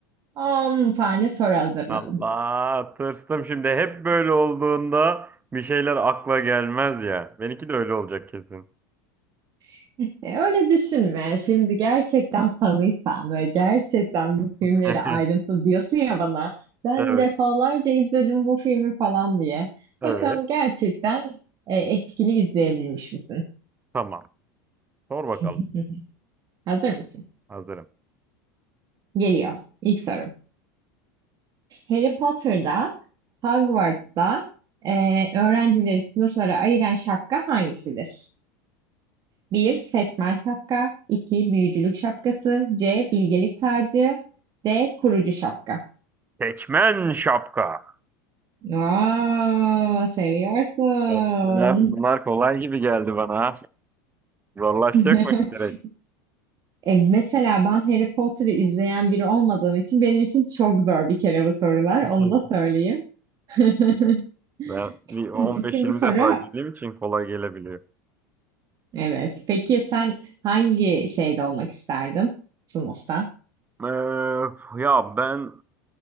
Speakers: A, on the right; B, on the right.
A: 10 tane soru hazırladım.
B: Allah, tırstım şimdi. Hep böyle olduğunda bir şeyler akla gelmez ya. Benimki de öyle olacak kesin.
A: <laughs> E, Öyle düşünme. Şimdi gerçekten fanıysan ve gerçekten bu filmleri
B: <laughs>
A: ayrıntı diyorsun ya bana. Ben
B: Evet,
A: defalarca izledim bu filmi falan diye.
B: evet.
A: Bakalım gerçekten e, etkili izleyebilmiş misin?
B: Tamam. Sor bakalım.
A: <laughs> Hazır mısın?
B: Hazırım.
A: Geliyor. İlk sorum. Harry Potter'da, Hogwarts'ta e, öğrencileri sınıflara ayıran şapka hangisidir? Bir Seçmen şapka 2 Büyücülük şapkası C. Bilgelik tacı D. Kurucu şapka
B: Seçmen şapka.
A: Aa, seviyorsun.
B: Ben- Bunlar, bunlar kolay gibi geldi bana. ha. Zorlaşacak
A: <laughs>
B: mı direkt?
A: E, mesela ben Harry Potter'ı izleyen biri olmadığım için benim için çok zor bir kere bu sorular. Onu
B: <laughs>
A: da söyleyeyim. <laughs>
B: Ben bir 15-20
A: Şimdi ikinci soru.
B: defa izlediğim için kolay gelebiliyor.
A: Evet. Peki sen hangi şeyde olmak isterdin? Sınıfta.
B: Ee, ya ben